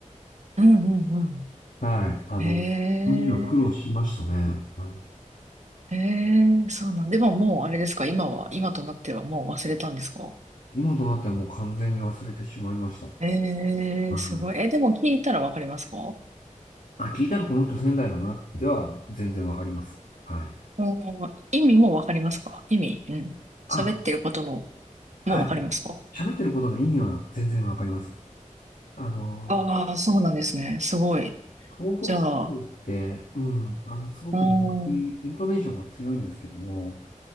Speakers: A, on the right; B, on the left.
A: うんうんう
B: はい。あの、
A: ん。へえ、
B: その時は苦労しましたね。はい。
A: へえ、そうなんで、ももうあれですか、今は、今となってはもう忘れたんですか
B: 今となってはもう完全に忘れてしまいました。は
A: ええ、すごい。
B: い。
A: え、でも聞いたらわかりますか
B: あ、聞いたらこの人仙台だなっては全然わかります。はい。
A: もう、意味もわかりますか意味、うん。
B: あ、
A: 喋ってることの、
B: はい。
A: もうわかりますか
B: 喋ってることの意味は全然わかります。あのー
A: ああそうなんですね。すごい。
B: 東北地方って、
A: じゃあ、
B: うん、あの、すごくなんかイントネーションが強いんですけども、
A: うーん、うん